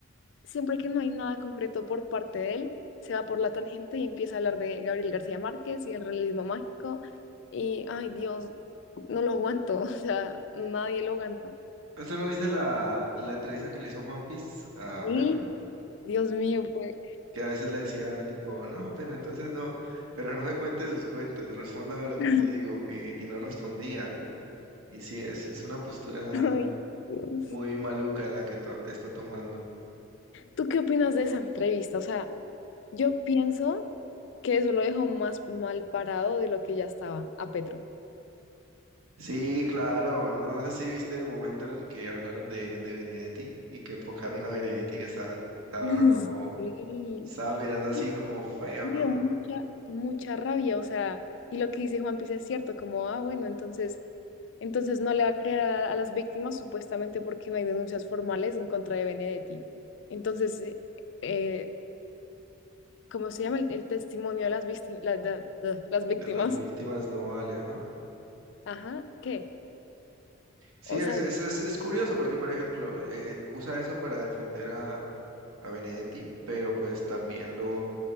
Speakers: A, on the left; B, on the right.
A: siempre que no hay nada concreto por parte de él, se va por la tangente y empieza a hablar de Gabriel García Márquez y el realismo mágico. Y, ay Dios, no lo aguanto, <laughs> o sea, nadie lo aguanta.
B: Eso lo dice la, la entrevista que le hizo Juan Piz a
A: Y,
B: Petro,
A: Dios mío, pues.
B: que a veces le decía tipo, no, pero entonces no, pero no me cuente sus cuentos, respóndame lo que
A: <laughs>
B: le digo, y, y no respondía. Y sí, es, es una postura
A: Ay, Dios.
B: muy maluca la que to- está tomando.
A: ¿Tú qué opinas de esa entrevista? O sea, yo pienso que eso lo dejó más mal parado de lo que ya estaba a Petro.
B: Sí, claro, no, no sé si viste el momento en el que hablaron de, de Benedetti y que enfocaron a Benedetti que estaba, estaba
A: <laughs>
B: como,
A: Sí.
B: estaba mirando así
A: Y
B: como feo,
A: me
B: ¿no?
A: dio mucha, mucha rabia. O sea, y lo que dice Juan Piz es cierto, como, ah, bueno, entonces, entonces no le va a creer a, a las víctimas supuestamente porque no hay denuncias formales en contra de Benedetti. Entonces, eh, eh, ¿cómo se llama el, el testimonio de las, vícti- la- de- de- las víctimas?
B: De las víctimas no vale, ajá.
A: Ajá, ¿qué?
B: Sí,
A: O
B: es,
A: sea,
B: es, es, es curioso porque, por ejemplo, eh, usa eso para defender a a Benedetti, pero pues también lo